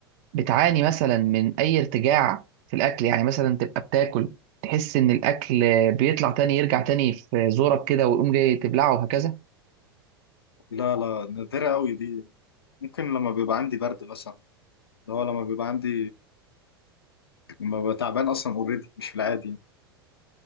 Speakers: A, on the right; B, on the left.
A: بتعاني مثلا من اي ارتجاع في الاكل يعني مثلا تبقى بتاكل تحس ان الاكل بيطلع تاني يرجع تاني في زورك كده ويقوم جاي تبلعه وهكذا
B: لا لا نادره قوي دي ممكن لما بيبقى عندي برد مثلا اللي هو لما بيبقى عندي لما ببقى تعبان اصلا اوريدي مش في العادي يعني.